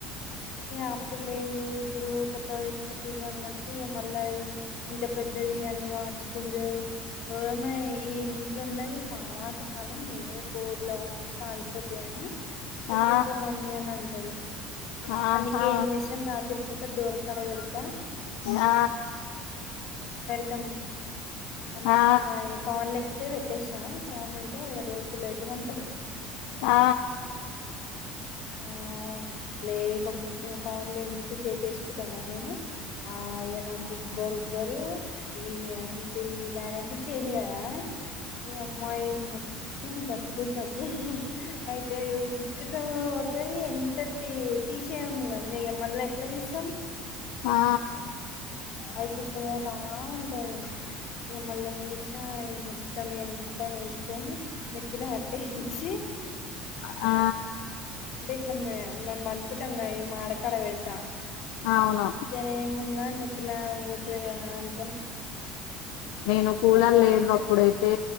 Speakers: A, on the left; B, on the left.
A: ఏ అప్పులేవు ఇప్పుడు కొత్త పెట్టుకుంటారు అన్నట్టు మళ్ళా అది ఇంత పెద్దది అన్ని మార్చి గుంజదు ఒమ్మాయి ఈ ఇంట్లో ఉన్నది పాత కాలం లే బోర్లు అవన్నీ కాలిపోతాయి అని పెట్టొద్దాము
B: ఆ
A: అన్నీ అని అంటది.
B: ఆహా
A: అందుకే ఏం చేసాం రాత్రి పూట డోర్ కాడ పెడతా
B: ఆ
A: తం <inaudible> మొత్తం
B: ఆ ఆ
A: పవర్ లేకపోతే పెట్టసా పవర్ ఉంటే ఇక డోర్పెట్టేసి పంటాం
B: ఆ
A: ఆ లేప బుద్ధి ఇక ఇక పవర్ లే సేప వేసుకుంటాను నేను ఆ అయ్యా నాకుబ్బరు ఎవరు ఈ ఇంకా ఈ వ్యారెంటీచ్చయి కదా ఈ అమ్మాయిొ తమ్ దద్దులు దద్దు అయితే గుజగుజ తది ఎంత తీసేము కనీ ఇక మళ్ళ ఎట్లా తీస్తాం
B: ఆ
A: అది కూర్చుకోతా ఉంటది ఇక మళ్ళ ఏం చేసినా మొత్తం పైన వేసుకొని నెత్తిలో అట్ట వేసి
B: ఆ
A: ఇట్ల మె అనుకుంటాంంగా ఈ మాడకాడ వెడతా
B: అవును
A: జనం ఏమున్నా ఇలా పోతే కదా అని
B: నేను కూలలు
A: పవన్
B: లేనప్పుడైతే